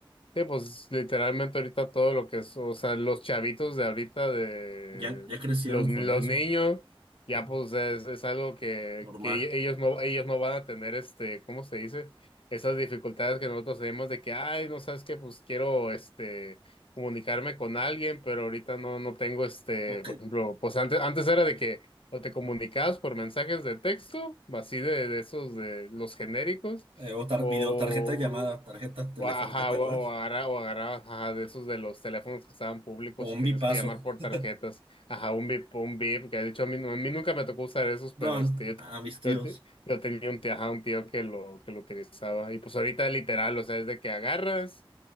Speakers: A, on the left; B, on the right.
A: Sí, pues literalmente ahorita todo lo que es, o sea, los chavitos de ahorita, de
B: Ya, ya crecieron
A: los, los
B: con eso.
A: niños, ya
B: Ujú.
A: pues es, es algo que,
B: Normal.
A: que ello- ellos no, ellos no van a tener este, ¿cómo se dice? Esas dificultades que nosotros tenemos de que, ay, no sabes qué, pues quiero este comunicarme con alguien, pero ahorita no, no tengo este,
B: O que,
A: por ejemplo, pues antes, antes era de que o te comunicabas por mensajes de texto, así de, de esos de los genéricos.
B: eh, o tar-
A: O,
B: video, tarjeta de llamada, tarjeta telefónica,
A: o, ajá,
B: ¿te
A: o,
B: acuerdas?
A: o agarra- o agarrabas ajá, de esos de los teléfonos que estaban públicos
B: O un
A: y tenías
B: bipaso.
A: que llamar por
B: <laughs>
A: tarjetas. Ajá, un VIP, un VIP, que de hecho a mí, no- a mí nunca me tocó usar esos, pero
B: No,
A: este, yo,
B: a mis tíos.
A: yo te- yo tenía un tío, ajá, un tío que lo, que lo utilizaba. Y pues ahorita literal, o sea, es de que agarras,